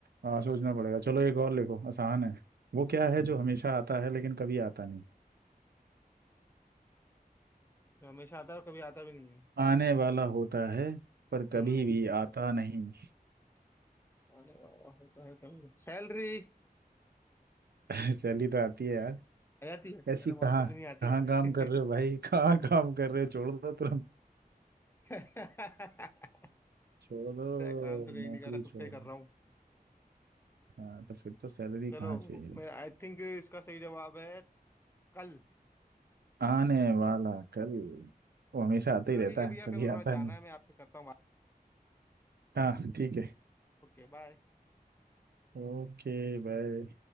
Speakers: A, on the right; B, on the left.
A: हाँ सोचना पड़ेगा चलो एक और लिखो आसान है वो क्या है जो हमेशा आता है लेकिन कभी आता नहीं
B: जो हमेशा आता है और कभी आता भी नहीं है
A: आने वाला होता है पर
B: हम्म
A: कभी भी आता नहीं
B: आने वाला है तो है कभी सैलरी
A: <laughs> सैलरी तो आती है यार
B: आ जाती है
A: ऐसी
B: अरे
A: कहाँ
B: बहुत सौ की नहीं आती
A: कहाँ
B: यार
A: काम कर रहे हो भाई <laughs> कहाँ काम कर रहे हो छोड़ दो तुरंत
B: <laughs> अरे
A: छोड़ दो
B: काम तो कहीं
A: नौकरी
B: नहीं कर रहा खुद
A: छोड़
B: का ही कर
A: दो
B: रहा हूँ
A: हाँ तो फिर तो सैलरी
B: चलो
A: कहाँ चाहिए
B: मैं आई थिंक इसका सही जवाब है कल
A: आने वाला कल वो हमेशा आता
B: चलो
A: ही रहता
B: ठीक है भैया
A: है कभी
B: मेरे को थोड़ा
A: आता
B: जाना
A: नहीं
B: है मैं आपसे करता हूँ बात
A: हाँ ठीक है
B: Okay bye
A: Okay bye